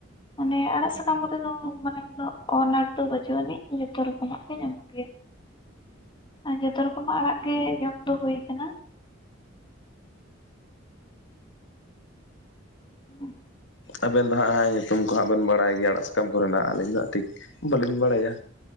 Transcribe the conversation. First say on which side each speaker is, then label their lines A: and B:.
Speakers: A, on the left (about 25°); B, on the left (about 65°).
A: ᱢᱟᱱᱮ ᱟᱲᱟᱜ ᱥᱟᱠᱟᱢ ᱠᱚᱨᱮ ᱫᱚ ᱢᱟᱱᱮ ᱩᱱᱟᱹᱜ ᱟᱱᱟᱴ ᱫᱚ ᱵᱟᱹᱪᱩᱜ ᱟᱹᱱᱤᱡ ᱡᱚᱛᱚ ᱨᱚᱠᱚᱢᱟᱜ ᱜᱮ ᱧᱟᱢᱚᱜᱼᱼ ᱜᱮᱭᱟ ᱟᱨ ᱡᱚᱛᱚ ᱨᱚᱠᱚᱢᱟᱜ ᱟᱲᱟᱜ ᱜᱮ ᱡᱚᱢ ᱫᱚ ᱦᱩᱭ ᱠᱟᱱᱟ᱾ ᱦᱚᱸ᱾
B: ᱟᱵᱮᱱ ᱫᱚ ᱦᱟᱸᱜ ᱧᱩᱛᱩᱢ ᱠᱚ ᱦᱟᱸᱜ ᱵᱮᱱ ᱵᱟᱲᱟᱭ ᱜᱮᱭᱟ ᱟᱲᱟᱜ ᱥᱟᱠᱟᱢ ᱠᱚᱨᱮᱱᱟᱜ ᱟᱹᱞᱤᱧ ᱫᱚ ᱴᱷᱤᱠ ᱵᱟᱹᱞᱤᱧ ᱵᱟᱲᱟᱭᱟ᱾